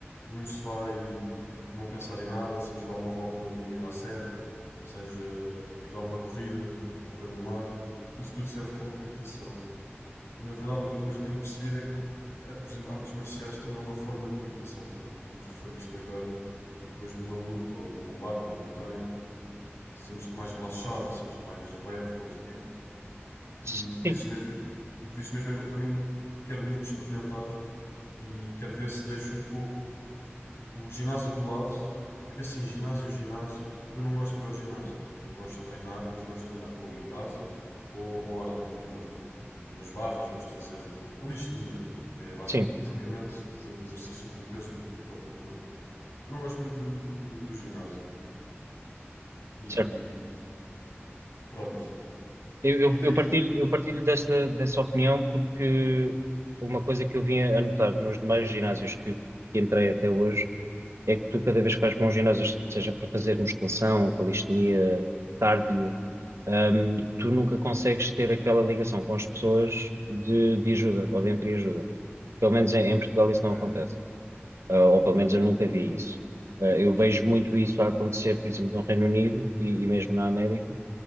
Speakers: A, on the left; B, on the right.
A: num sofá e, e não pensar em nada, seja dar uma volta ali à serra, seja ir dar uma corrida ao pé do mar. Isso tudo serve como meditação. E, na verdade, o que eu também já tenho percebido é que, eh, por exemplo, artes marciais também é uma forma de meditação, como, como referiste agora. Tu depois de uma luta ou de um combate ou de um treino, sentes-te mais relaxado, sentes-te mais leve, mais livre.
B: Sim,
A: E por isso mesmo, e, e por isso mesmo é que eu também quero muito experimentar e quero ver se deixo um pouco o ginásio de lado, porque assim, ginásio, ginásio, eu não gosto de ir ao ginásio. Eu gosto de treinar, mas gosto de treinar ou em casa ou ao ar livre, na rua. Umas barras, gosto de fazer calistenia, que é basicamente
B: sim,
A: fazer exercício com o peso do do próprio corpo. Eu não gosto muito do, do- do ginásio. E
B: certo.
A: pronto.
B: Eu, eu-
A: E daí?
B: eu partilho, eu partilho dessa, dessa opinião porque uma coisa que eu vim a notar nos demais ginásios que, que entrei até hoje é que tu, cada vez que vais para um ginásio, seja para fazer musculação, calistenia, cardio, hum, tu nunca consegues ter aquela ligação com as pessoas de, de ajuda ou de entreajuda. Pelo menos em, em Portugal isso
A: É.
B: não acontece. Ah, ou pelo menos eu nunca vi isso. Ah, eu vejo muito isso a acontecer, por exemplo, no Reino Unido e, e mesmo na América,